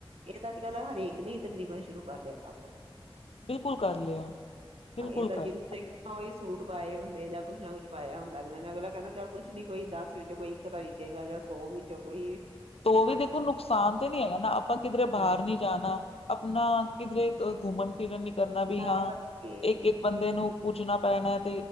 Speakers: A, on the right; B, on the left.
A: ਇਹ ਤਾਂ ਅੱਜ ਕੱਲ ਹਰੇਕ ਨੇ ਹੀ ਤਕਰੀਬਨ ਸ਼ੁਰੂ ਕਰ ਲਿਆ ਕੰਮ।
B: ਬਿਲਕੁਲ ਕਰ ਲਿਆ, ਬਿਲਕੁਲ
A: ਹਾਂ ਇਹ ਤਾਂ
B: ਕਰ
A: ਜਿਹਨੂੰ
B: ਲਿਆ।
A: ਦੇਖਣਾ ਉਹੀ ਸੂਟ ਪਾਏ ਹੁੰਦੇ ਜਾਂ ਕੁਛ ਨਾ ਕੁਛ ਪਾਇਆ ਹੁੰਦਾ ਅਗਲੇ ਨੇ, ਅਗਲਾ ਕਹਿੰਦਾ ਚੱਲ ਕੁਛ ਨੀ ਕੋਈ ਦਸ ਵਿੱਚੋਂ ਕੋਈ ਇੱਕ ਤਾਂ ਵਿਕੇਗਾ ਜਾਂ ਸੌ ਵਿੱਚੋਂ ਕੋਈ
B: ਤੇ ਉਹ ਵੀ
A: ਹਟ
B: ਦੇਖੋ ਨੁਕਸਾਨ ਤਾਂ ਨੀ ਹੈਗਾ ਨਾ। ਕਿਧਰੇ ਬਾਹਰ
A: ਹੂੰ
B: ਨੀ ਜਾਣਾ ਆਪਣਾ ਕਿਧਰੇ <unintelligible> ਫਿਕਰ ਨੀ ਕਰਨਾ ਵੀ
A: ਨਾਲੇ
B: ਹਾਂ,
A: ਪਤਾ ਕੀ
B: ਇੱਕ ਇੱਕ ਬੰਦੇ ਨੂੰ ਪੁੱਛਣਾ। <unintelligible>